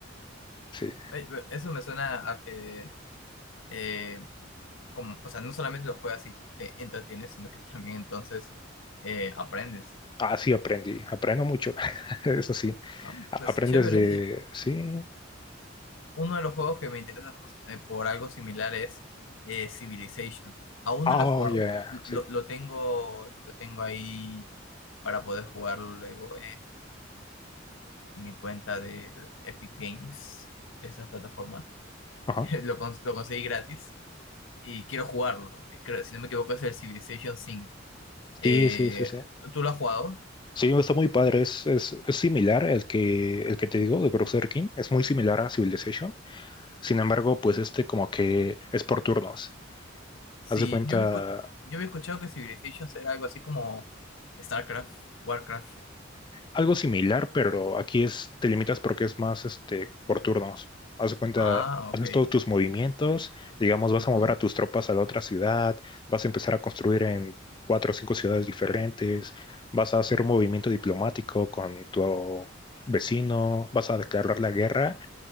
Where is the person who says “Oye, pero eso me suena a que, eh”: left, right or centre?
Left